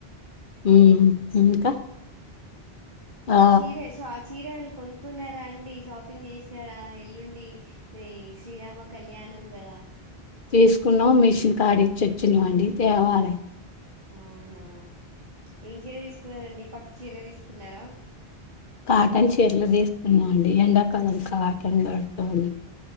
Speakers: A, on the left; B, on the right.
A: హ్మ్ ఇంకా ఆ
B: చీరేషా చీరలుు కొనుక్కున్నారా అండి షాపింగ్ చేసినారా ఎల్లుండి శ్రీరామ కళ్యాణ అన్నం కదా
A: తీసుకున్నాం మిషన్ కడ ఇచ్చొచ్చినవండి తేవాలె
B: అవునా ఏం చీర తీసుకున్నారండి పట్టు చీర తీసుకున్నారా
A: కాటన్ చీర్లు తీసుకున్నాండి ఎండాకాలం కాటన్ వాడతామండి